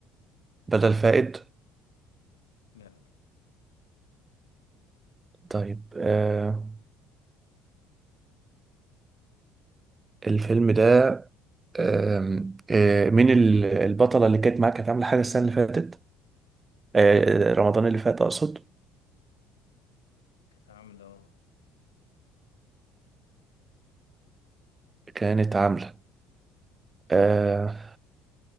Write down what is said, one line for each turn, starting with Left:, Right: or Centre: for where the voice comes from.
Right: بدل فائد
Left: لأ
Right: طيب آه، الفيلم ده آم، آه، مين ال- البطلة اللي كانت معاك كانت عاملة حاجة السنة اللي فاتت آه، رمضان اللي فات أقصد
Left: كانت عاملة اه
Right: كانت عاملة آه،